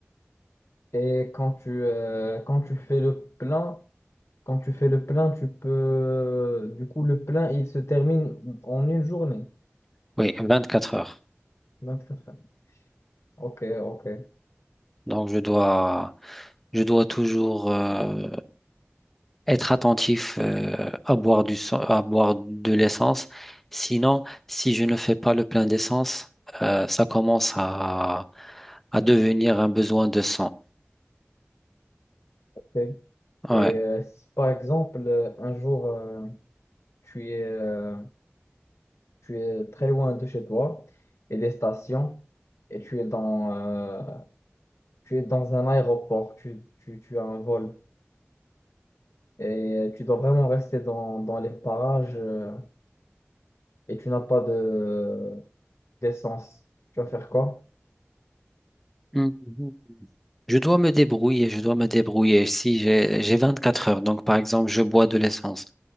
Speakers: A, on the left; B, in the centre.
A: Et quand tu, euh, quand tu fais le plein, quand tu fais le plein, tu peux... Du coup, le plein, il se termine en une journée,
B: Oui, 24 heures.
A: 24 heures. Ok, ok,
B: Donc je dois je dois toujours euh, être attentif euh, à boire du sang- à boire de l'essence. Sinon, si je ne fais pas le plein d'essence, euh, ça commence à à devenir un besoin de sang.
A: ok.
B: Ouais.
A: Et euh, si par exemple, euh, un jour, euh, tu es, euh, tu es très loin de chez toi et des stations, et tu es dans, euh, tu es dans un aéroport, tu, tu, tu as un vol, et tu dois vraiment rester dans, dans les parages, euh, et tu n'as pas de d'essence. Tu vas faire quoi?
B: Mhm. Je dois me débrouiller, je dois me débrouiller. Si j'ai j'ai 24 heures, donc par exemple, je bois de l'essence.